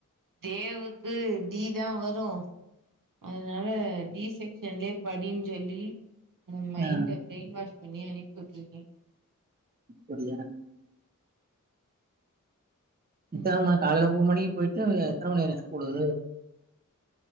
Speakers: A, on the right; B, on the right.
A: தேவுக்கு டீ தா வரு அதனால டீ செக் சென்லே படின்னு சொல்லி மைண்ட்டு
B: ஆ
A: பிரெயின் வாஷ் பண்ணி அனுப்பி வுட்ருக்கே
B: அப்புடியா இத்தாம
A: ம்
B: காலலமமனுணிக் போய்டு எத்தன மணி வர ஸ்கூலு